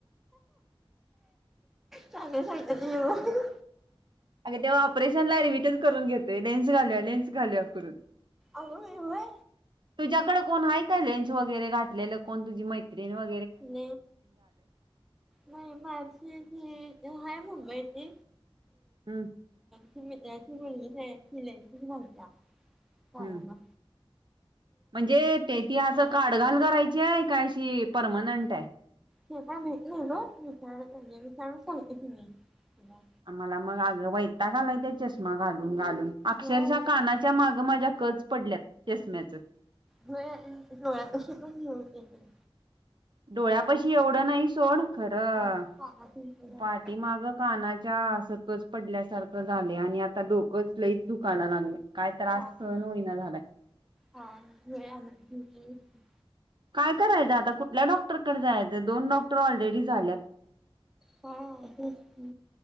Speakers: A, in the centre; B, on the right (about 50°).
A: चांगले सागत्यात किवो
B: अगे तेव्हा ऑपरेशनला ऍडमिटच करून घेतोय लेन्स घालुया लेन्स घालुया करून
A: अग बाई होय
B: तुझ्याकडे कोण हाय काय लेन्स वगैरे घातलेलं कोण तुझी मैत्रीण व
A: न म मामसी ह मुंबईत <unintelligible>
B: हम्म
A: तेमिमिलेत्या <unintelligible> कायना
B: हम्म म्हणजे ते ती असं काड घाल करायची आहे काय अशी परमनंट आहे
A: ते काय माहित नाही वो विचारायला पाहिजे विचारून सागते कि मी तुला
B: मला मग आग वैताग आलाय त्या चष्मा घालून घालून अक्षरशः
A: होय अगं
B: कानाच्या माग माझ्या कच पडल्यात चष्मा्याच
A: होय डोळ्यापशी पण हे होतय ते
B: डोळ्या पशी एवढं नाही सोड खरं
A: हा कानात घालते
B: पाठी माग कानाची कच पडल्यासारखं झालय आणि आता डोकंच लईच दुकायला लागलय काय त्रास
A: हा
B: सहन होईना झालाय
A: हा वेळ <unintelligible>
B: काय करायचं आता कुठल्या डॉक्टरकडे जायचं दोन डॉक्टर ऑलरेडी झाल्यात
A: काय तेच की